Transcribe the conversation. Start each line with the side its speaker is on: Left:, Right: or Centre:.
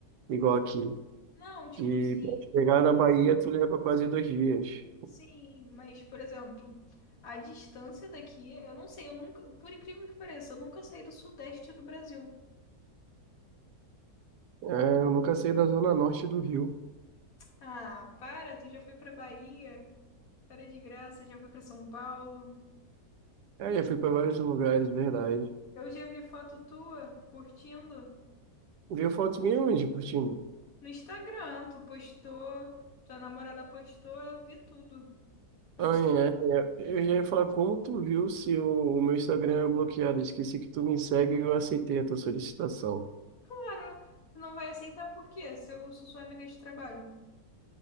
Right: igual aqui.
Left: Não, tipo,
Right: Que
Left: sim.
Right: pra chegar na Bahia, tu leva quase dois dias.
Left: Sim, mas, por exemplo, a distância daqui, eu não sei, eu nunca, por incrível que pareça, eu nunca saí do sudeste do Brasil.
Right: É, eu nunca saí da zona norte do Rio.
Left: Ah, para, tu já foi pra Bahia, para de graça, já foi pra São Paulo.
Right: É, já fui para vários lugares, verdade.
Left: Eu já vi foto tua curtindo
Right: Viu fotos minhas onde, curtindo?
Left: no Instagram, tu postou, tua namorada postou, eu vi tudo. Eu
Right: Ah,
Left: disse,
Right: é, é. Eu já ia falar como tu viu se o, o meu Instagram é bloqueado. Esqueci que tu me segue e eu aceitei a tua solicitação.
Left: para, não vai aceitar por quê? Se eu sou sua amiga de trabalho.